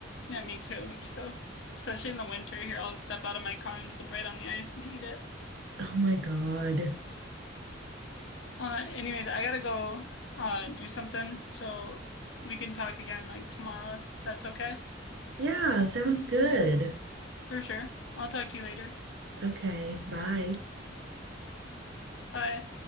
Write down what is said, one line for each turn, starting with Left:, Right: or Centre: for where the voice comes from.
Left: Yeah, me too. Me too. Especially in the winter here, I'll step out of my car and slip right on the ice and eat it.
Right: Oh my God.
Left: Uh, anyways, I gotta go uh do something, so we can talk again like tomorrow if that's okay.
Right: Yeah, sounds good.
Left: For sure. I'll talk to you later.
Right: Okay, bye.
Left: Bye.